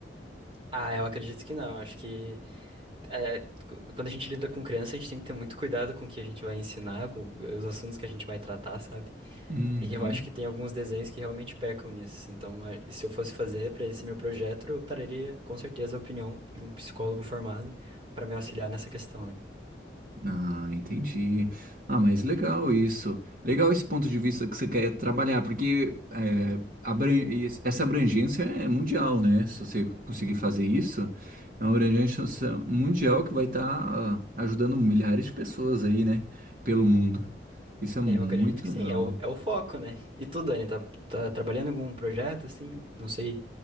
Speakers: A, on the right; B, on the right.
A: Ah, eu acredito que não. Acho que é, cu- quando a gente lida com criança, a gente tem que ter muito cuidado com o que a gente vai ensinar, com os assuntos que a gente vai tratar, sabe?
B: Uhum.
A: E eu acho que tem alguns desenhos que realmente pecam nisso. Então, é, se eu fosse fazer para esse meu projeto, eu traria com certeza a opinião de um psicólogo formado para me auxiliar nessa questão, né?
B: Ah, entendi. Ah, mas legal isso. Legal esse ponto de vista que você quer trabalhar, porque é, abran- e- essa abrangência é mundial, né? Se você conseguir fazer isso, é uma abrangência mundial que vai estar ajudando milhares de pessoas aí, né? Pelo mundo. Isso é muito
A: É, Eu acredito que
B: legal.
A: sim, é o, é o foco, né? E tu, Dani, tá, tá trabalhando em algum projeto, assim? Não sei